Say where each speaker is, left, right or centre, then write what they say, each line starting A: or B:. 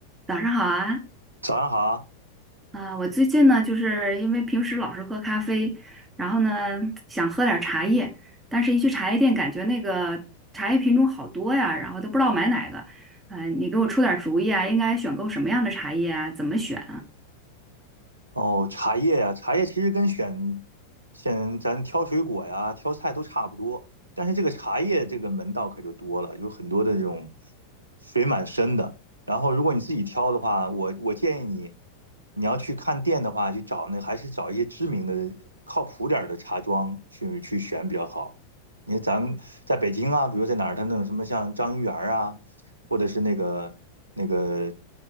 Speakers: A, on the right (about 15°); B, on the right (about 80°).
A: 早上好啊，
B: 早上好，
A: 啊、我最近呢，就是因为平时老是喝咖啡，然后呢想喝点儿茶叶，但是一去茶叶店，感觉那个茶叶品种好多呀，然后都不知道买哪个。呃，你给我出点儿主意啊，应该选购什么样的茶叶啊？怎么选？
B: 哦，茶叶呀、茶叶其实跟选选咱挑水果呀、挑菜都差不多，但是这个茶叶这个门道可就多了，有很多的这种水蛮深的。然后如果你自己挑的话，我我建议你，你要去看店的话，去找那还是找一些知名的、靠谱点儿的茶庄去去选比较好。你为咱们在北京啊，比如在哪儿，它那种什么像张一元儿啊。或者是那个那个，